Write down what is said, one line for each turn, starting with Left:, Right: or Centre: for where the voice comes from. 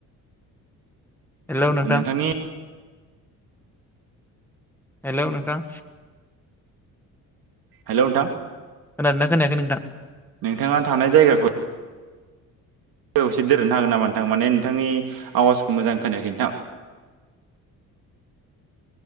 Centre: हेलौ नोंथां।
Right: नोंथांनि
Centre: हेल' नोंथां।
Right: हेलौ नोंथां
Centre: खोनादोंना खोनायाखै नोंथां?
Right: नोंथाङा थानाय जायगाखौ गोसे दोरनो हागोन नामा नोंथां माने नोंथांनि आवाजखौ मोजां खोनायाखै नोंथां
Centre: <unintelligible>